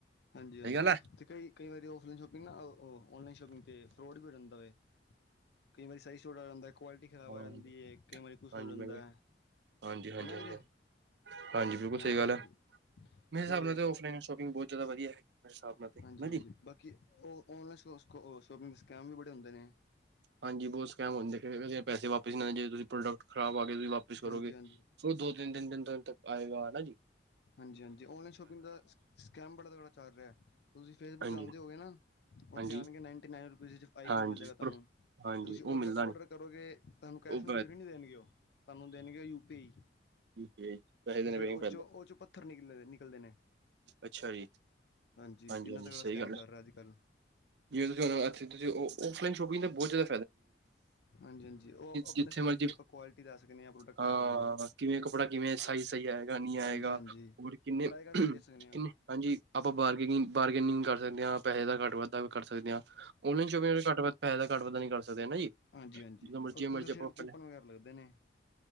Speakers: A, on the left; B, on the right.
A: ਹਾਂਜੀ ਹਾਂਜੀ
B: ਸਹੀ ਗੱਲ ਹੈ
A: ਤੇ ਕਈ ਕਈ ਵਾਰੀ ਔਫਲਾਈਨ ਸ਼ੋਪਿੰਗ ਨਾ ਔਨਲਾਈਨ ਸ਼ੋਪਿੰਗ ਤੇ ਫਰੋਡ ਵੀ ਹੋ ਜਾਂਦਾ ਵੈ ਕਈ ਵਾਰੀ ਸਾਈਜ਼ ਛੋਟਾ ਆ ਜਾਂਦਾ, ਕੁਆਲਿਟੀ ਖ਼ਰਾਬ
B: ਹਾਂ
A: ਆ ਜਾਂਦੀ ਹੈ, ਕਈ ਵਾਰੀ ਕੁਛ
B: ਹਾਂਜੀ
A: ਹੋ ਜਾਂਦਾ,
B: ਮੈਂ ਹਾਂਜੀ ਹਾਂਜੀ
A: ਹੈ ਨਾ ਵੀਰੇ‌।
B: ਹਾਂਜੀ ਹਾਂਜੀ ਬਿਲਕੁਲ
A: ਹਾਂਜੀ-ਹਾਂਜੀ।
B: ਸਹੀ ਗੱਲ ਹੈ
A: ਅਤੇ,
B: ਮੇਰੇ ਹਿਸਾਬ ਨਾਲ ਤਾਂ ਔਫਲਾਈਨ ਸ਼ੋਪਿੰਗ ਬਹੁਤ ਜ਼ਿਆਦਾ ਵਧੀਆ ਹੈ ਮੇਰੇ ਹਿਸਾਬ ਨਾਲ ਤੇ ਹਨਾ
A: ਹਾਂਜੀ-ਹਾਂਜੀ
B: ਜੀ
A: ਬਾਕੀ ਉਹ ਔਨਲਾਈਨ ਸ਼ੋਪਿੰਗ ਸਕੈਮ ਵੀ, ਬ ਹੂੰਦੇ ਨੇ।
B: ਹਾਂਜੀ। ਬਹੁਤ ਸਕੈਮ ਹੁੰਦੇ ਪੇ। ਪੈਸੇ ਵਾਪਿਸ ਨੀ ਆਏ, ਜੇ ਤੁਸੀ ਪ੍ਰੋਡਕਟ ਖਰਾਬ ਆ ਤੁਸੀਂ ਵਾਪਿਸ ਕਰੋਗੇ
A: ਹਾਂਜੀ ਹਾਂਜੀ
B: ਫਿਰ, ਉਹ ਦੋ ਤਿੰਨ ਦਿਨ- ਦਿਨ ਤ, ਦਿਨ ਤੱਕ ਆਏਗਾ ਨਾ ਜੀ।
A: ਹਾਂਜੀ-ਹਾਂਜੀ।'ਔਨਲਾਈਨ' ਸ਼ੋਪਿੰਗ ਦਾ ਸਕੈਮ ਬੜਾ ਤਗੜਾ ਚਲ ਰੇਆ ਤੁਸੀਂ ਫੇਸਬੁੱਕ'ਚ
B: ਹਾਂਜੀ
A: ਆਂਦੇ ਹੋਗੇ ਨਾ?
B: ਹਾਂਜੀ
A: ਔਥੇ, ਆਣਗੇ ਨਾਈੰਟੀ-ਨਾਈਨ ਰੁ ਵੀਦੇ'ਚ ਆਈਫੋਨ
B: ਹਾਂਜੀ
A: ਮਿਲੇਗਾ ਤਾਨੂੰ,
B: ਪਰ ਹਾਂਜੀ
A: ਤੁਸੀਂ
B: ਉਹ
A: ਔਡਰ-
B: ਮਿਲਦਾ
A: ਔਡਰ
B: ਨੀ
A: ਕਰੋਗੇ ਤਾਨੂੰ ਕੈਸ਼
B: ਉਹ
A: ਆਨ ਡਿਲੀਵਰੀ ਨੀ ਦੇਣਗੇ ਓ, ਤਾਨੂੰ ਦੇਣਗੇ U P I.
B: U P I, ਪੈਹੇ
A: ਤੇ
B: ਲੇਣੇ
A: ਫੇਰ
B: ਬੀ
A: ਉਹ
B: ਐਂ ਕਰਲੋ।
A: ਚੋਂ ਉਹ ਚੋਂ ਪੱਥਰ ਨਿਕਲੇ ਨਿਕਲਦੇ ਨੇ
B: ਅੱਛਾ ਜੀ,
A: ਹਾਂਜੀ
B: ਹਾਂਜੀ-ਹਾਂਜੀ
A: ਇੰਨਾ ਤਗੜਾ
B: ਸਹੀ
A: ਸਕੈਮ
B: ਗੱਲ
A: ਚੱਲ
B: ਆ,
A: ਰਿਹਾ ਅੱਜ ਕੱਲ੍ਹ
B: ਜਿਵੇ ਤੁਸੀਂ ਹੋਣ ਐਥੇ ਤੁਸੀਂ ਔਫਲਾਈਨ ਸ਼ੋਪਿੰਗ ਬੋਤ ਜੈਦਾ
A: ਹਾਂਜੀ ਹਾਂਜੀ। ਓ ਅਪਣੇ
B: ਜਿੱਥੇ
A: ਹਸਾਬ
B: ਮਰਜ਼ੀ
A: ਦੀ ਆਪਾ ਕਵਾਲਿਟੀ ਲੈ ਸਕਨੇ ਆਂ, ਪ੍ਰੋਡਕਟ
B: ਹਾਂ
A: ਲੈ ਸਕਨੇ ਆਂ।
B: ਕਿਵੇਂ ਕੱਪੜਾ, ਕਿਵੇਂ ਸਾਈਜ਼, ਸਹੀ ਆਏਗਾ, ਨੀ ਆਏਗਾ,
A: ਹਾਂਜੀ ਹਾਂਜੀ
B: ਹੋਰ ਕਿੰਨੇ-ਕਿੰਨੇ
A: ਟਰਾਈ ਕਰਕੇ ਵੀ ਦੇਖ ਸਕਦੇ ਹਾਂ
B: ਹਾਂਜੀ। ਆਪਾਂ ਬਾਰਗੇਨਿੰਗ- ਬਾਰਗੇਨਿੰਗ ਕਰ ਦੇਣੇ ਆਂ, ਪੈਹੇ ਦਾ ਘੱਟ-ਵਾਧਾ ਵੀ ਕਰ ਸਕਦੇ ਆਂ। 'ਔਨਲਾਈਨ' ਸੋ਼ਪਿੰਗ ਐਂਵੇ ਘੱਟ-ਵੱਧ ਪੈਹੇ ਲੱਗ ਘੱਟ-ਵਾੱਧਾ ਨੀ ਕਰ ਸਕਦੇ ਨਾ ਜੀ
A: ਹਾਂਜੀ-ਹਾਂਜੀ,
B: ਜਿੱਦਾਂ ਮਰਜ਼ੀ
A: ਉਥੋਂ
B: ਮਰਜ਼ੀ
A: ਤੇ ਸਿਰਫ਼
B: ਆਪਾਂ
A: ਕੂਪਨ
B: ਪਹਿਲੇ
A: ਵਗੈਰਾ ਲੱਗਦੇ ਨੇ।